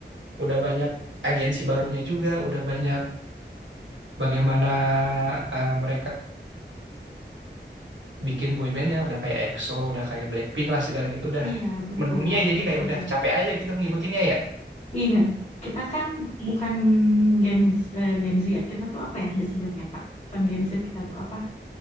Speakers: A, on the right; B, on the left.
A: udah banyak agensi barunya juga, udah banyak bagaimana eh, mereka bikin boybandnya, udah kayak EXO, udah kayak Blackpink lah segala gitu, udah
B: Iya, betul,
A: mendunia jadi
B: betul.
A: kayak udah capek aja gitu ngikutinnya ya,
B: Iya, kita kan bukan Gen, eh, Gen Z ya, kita tuh apa ya disebutnya Kak? Bukan Gen Z, kita tuh apa?